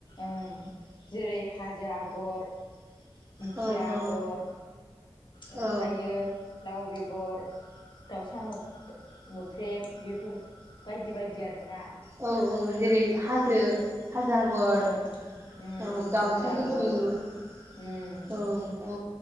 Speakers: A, on the left; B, on the right.
A: ओं जेरै हाजो आगर दिंखिया
B: औ औ
A: आगर ओमफ्रायो
B: औ
A: लाव बेगर दाउसा मो मोख्रेब बेफोर बायदि बायदि आरोना
B: औ औ जेरै हाजो हाजो आगर
A: ओं उम
B: औ दाउथु
A: हाजो आगर
B: गुथु औ
A: उम
B: औ